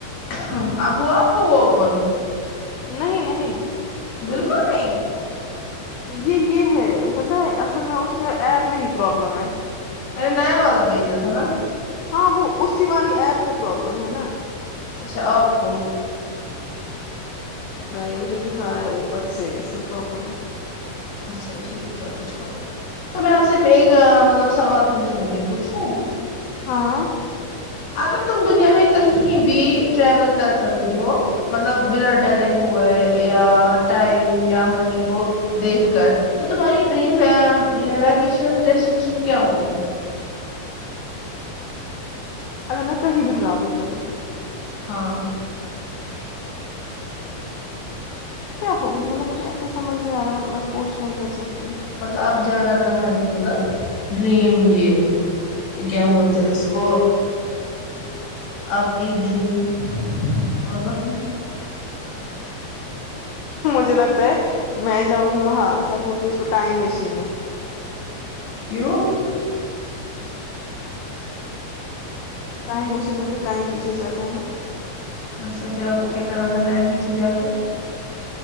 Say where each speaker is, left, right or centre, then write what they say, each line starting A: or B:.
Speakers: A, on the left; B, on the left.
A: ہاں اب ہوا آپ کو وہ اوپن
B: نہیں نہیں
A: بالکل نہیں
B: یہ یہ ہے پت ہے اصل میں اس میں ایپ میں ہی پرابلم ہے
A: میں نے نیا والا بھیجا تھا نا
B: ہاں وہ اسی والی ایپ میں پروابلم پرلم ہے نا
A: اچھا آپ کو
B: یا مجھے دکھا رہا ہے اوپر سے اس میں پرابلم ہو
A: اچھا ٹھیک چلو چھوڑو تو میں آپ سے ایک مطلب سوال پوچھوں گی پوچھوں
B: ہاں
A: اگر تم دنیا میں کہیں بھی ٹریول کر سکتی ہو مطلب بنا ڈرے ہوئے یا ٹائم یا منی کو دیکھ کر تو تمہاری ڈریم ویکیشن ڈیسٹینیشن کیا ہوگی
B: اگر م کہیں بھی ٹرول کرو خالی اوج عا رہی
A: ہاں
B: ہے کیا ہوگی مطلب مجھے ایسے سمجھ نہیں آ رہا مطلب پوچھنا کیا چاہتی ہوں
A: مطلب آپ کا جانا کہاں مطلب ڈریم یہ کیا بولتے ہیں اس کو آپ کی ڈریم مطلب
B: مجھے لگتا ہے میں جاؤں گی وہاں کیا بولتے اس کو ٹائم مشین میں
A: کیوں
B: ٹائم مشین میں پھر ٹائم پیچھے جاتا ہے نا
A: اچھا پھر آپ کو کیا کرنا تھا ٹائم پیچھے جا کے